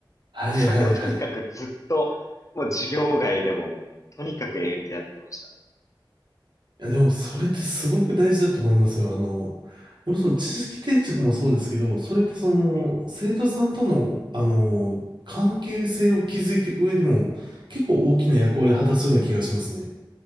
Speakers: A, on the right (about 65°); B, on the left (about 40°).
A: はい、
B: うそれをとにかくずっと、
A: はい、はい。
B: もう授業外でも、とにかく延々とやってましたね。
A: いや、でもそれってすごく大事だと思いますよ。あの、もちろん知識定着もそうですけど、それってその、
B: え
A: 生徒さんとの、あの、関係性を築いていく上でも、結構大きな役割を果たすような気がしますね。